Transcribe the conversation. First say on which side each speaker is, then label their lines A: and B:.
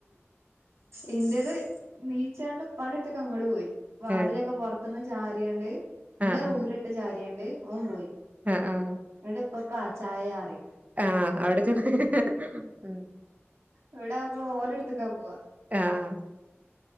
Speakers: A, on the right (about 90°); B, on the right (about 35°).
A: ഇന്റേത് നീച്ചാണ്ട് ഇപ്പാന്റെ അട്ത്ത്ക്ക് അങ്ങട് പോയി വാതിലൊക്കെ
B: ഏഹ്
A: പൊർത്ത്ന്ന് ചാരിയാണ്ട് ഇന്നെ
B: ആഹ്
A: റൂമിലി
B: ആഹ്
A: ചാരിയാണ്ട് ഓൻ പോയി
B: ആഹ് ആഹ്
A: ഇന്നട്ട് ഇപ്പപ്പ ചായ അറിണ്ട്
B: ആഹ് അവിടെ ചെന്ന് ഉം
A: ഇവ്‌ടാവുമ്പോ ഓലെ എടുത്ത്ക്കാ പോവാ
B: ആഹ്